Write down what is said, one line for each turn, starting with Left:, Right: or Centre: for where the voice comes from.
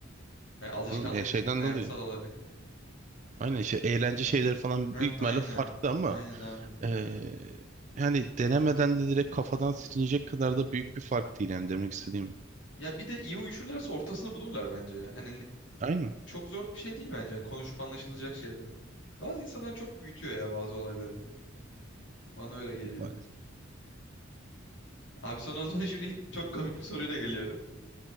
Left: Hani alışkanlık
Right: ya şeyden
Left: hayatsal
Right: dolayı.
Left: olarak.
Right: Aynen işte eğlence şeyleri falan
Left: Heh,
Right: büyük ihtimalle
Left: aynen.
Right: farklı ama
Left: Aynen abi.
Right: eee, yani denemeden de direkt kafadan silinecek kadar da büyük bir fark değil yani demek istediğim.
Left: Ya bir de iyi uyuşurlarsa ortasını bulurlar bence ya. Hani ne-
Right: Aynen.
Left: çok zor bir şey değil bence. Konuşup anlaşılacak şeyler. Bazı insanlar çok büyütüyor ya bazı olayları. Bana öyle geliyor.
Right: Maalesef.
Left: Abi sana o zaman <laughs> şimdi çok komik bir soruyla geliyorum.